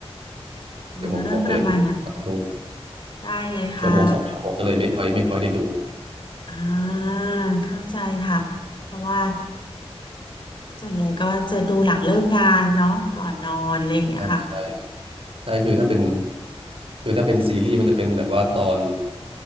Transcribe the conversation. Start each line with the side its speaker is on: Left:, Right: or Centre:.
Left: เนื้อเรื่องประมาณไหน
Right: เดี๋ยวผมขอเปิดดูสักครู่
Left: ได้เลยค่ะ
Right: ชั่วโมงสองชั่วโมงก็เลยไม่ค่อยไม่ค่อยได้ดู
Left: อ่าเข้าใจค่ะ เพราะว่าส่วนใหญ่ก็จะดูหลังเลิกงานเนาะก่อนนอนอะไรอย่างเงี้ยค่ะ
Right: ใช่ใช่ใช่คือถ้าเป็นคือถ้าเป็นซีรีส์มันจะเป็นแบบว่าตอน